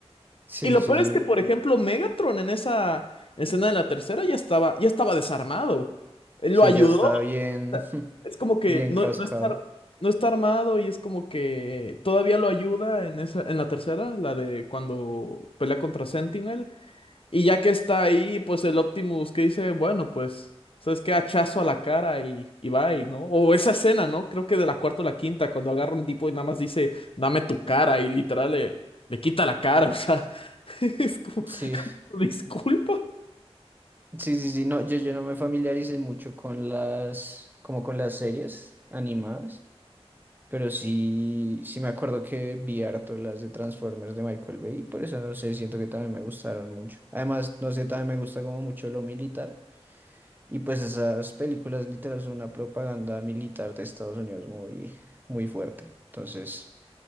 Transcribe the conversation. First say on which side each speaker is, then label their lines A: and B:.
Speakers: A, on the right; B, on the left.
A: sí,
B: Y lo
A: sí,
B: peor es
A: sí.
B: que, por ejemplo, Megatron en esa escena de la tercera ya estaba, ya estaba desarmado. Él
A: Sí,
B: Lo ayudó.
A: ya está
B: o
A: bien,
B: sea,
A: <laughs>
B: es como que
A: bien
B: no,
A: cascado.
B: no está, no está armado y es como que todavía lo ayuda en esa, en la tercera, la de cuando pelea contra Sentinel. Y ya que está ahí, pues el Optimus que dice, bueno, pues, ¿sabes qué? Hachazo a la cara y, y va y, ¿no? O esa escena, ¿no? Creo que de la cuarta o la quinta, cuando agarra un tipo y nada más dice, dame tu cara y literal le, le quita la cara, o sea, <laughs> es como,
A: Sí,
B: disculpa.
A: sí, sí, sí, no, yo, yo no me familiaricé mucho con las, como con las series animadas, pero sí, sí me acuerdo que vi harto las de Transformers de Michael Bay, y por eso no sé, siento que también me gustaron mucho. Además, no sé, también me gusta como mucho lo militar, y pues esas películas literal son una propaganda militar de Estados Unidos muy, muy fuerte. Entonces,